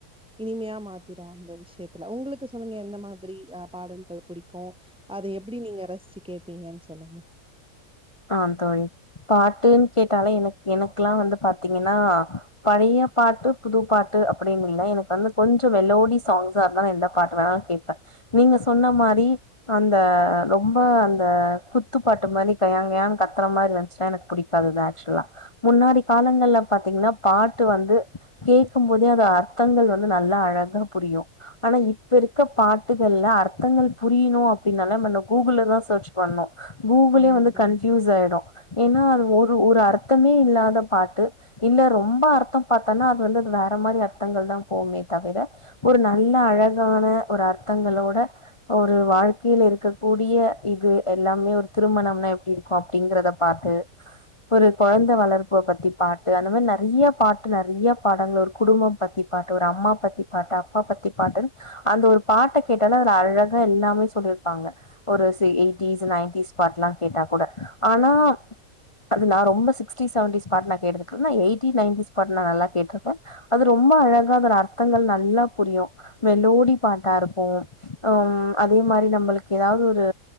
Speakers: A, in the centre; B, on the left (about 30°).
A: இனிமையா மாத்திரு அந்த விஷயத்துல உங்களுக்கு சொல்லுங்க எந்த மாதிரி அ பாடல்கள் புடிக்கு அது எப்டி நீங்க ரசுச்சு கேப்பீங்கன்னு சொல்லுங்க
B: ஆம் தோழி பாட்டுன் கேட்டாலே எனக் எனகுல்லா வந்து பாத் த்தீங்கன்னா பழய பாட்டு புது பாட்டு அப்டின்னு இல்ல எனக்கு வந்து கொஞ்சோ வெலோடி சாங்ஸா இருந்தா நா எந்த பாட்டு வேணாலு கேட்ப நீங்க சொன்ன மாரி அந்த ரொம்ப அந்த குத் த்துப்பாட்டு மாநி கயாங் கயான் கத்துற மாரி வந்ச்சுனா எனக்கு புடிக்காதுதா ஆக்சுவலா முன்னாடி காலங்கள்ல பாத்தீங் ங்னா பாட்டு வந்து கேக்கும்போதே அது அர்த்தங்கள் வந்து நல்லா அழகா புரியு ஆனா இ இப்ப இருக்க பாட்டுகள்ல அர்த்தங்கள் புரியணு அப்டின்னால நமன கூகுள்லதா சர்ச் பண்ணு கூகுளே
A: ஆமாங்
B: வந்து
A: தோழி
B: கன்ஃபியூஸ் ஆயிடு ஏன்னா அது ஒரு ஒரு அர்த் த்தமே இல்லாத பாட்டு இல்ல ரொம்ப அர்த்தோ பாத்தன்னா அது வந்து அது வேற மாரி அர்த்தங்கள்தா போகுமே தவிர ஒரு நல்ல அழகான ஒரு அர்த்தங்களோட ஒரு வாழ்க்கையில இருக்கக் கூ கூடிய இது எல்லாமே ஒரு திருமணம்னா எப்டி இருக்கு அப்டிங்கறத பாத்து ஒரு கொழந்த வளர்ப்ப பத்தி பாட்டு அந்த மாரி நெறய்ய பாட்டு நெறய்ய பாடல்கள் ஒரு குடும்பம் பத்தி தி பாட்டு ஒரு அம்மா பத்தி பாட்டு அப்பா பத்தி பாட்டுன் அந்த ஒரு பாட்ட கேட்டால அதுல அழகா எல்லாமே சொல் ருப்பாங்க ஒரு செ எயிட்டிஸ் நைன்டீஸ் பாட்லா கேட்டா கூட ஆனா அது நா ரொம்ப சிக்ஸ்டிஸ் செவண்டீஸ் பாட் நா கேட்ருக்குற நா எயிட்டீ நையன்டீஸ் பாட்லா நல்லா கேட்ருக்க அது ரொம் ம்ப அழகா அதோட அர்த்தங்கள் நல்லா புரியு மெலோடி பாட்டா இருக்கு அம் அதே மாரி நம்ளுக்கு எதாவ்து ஒரு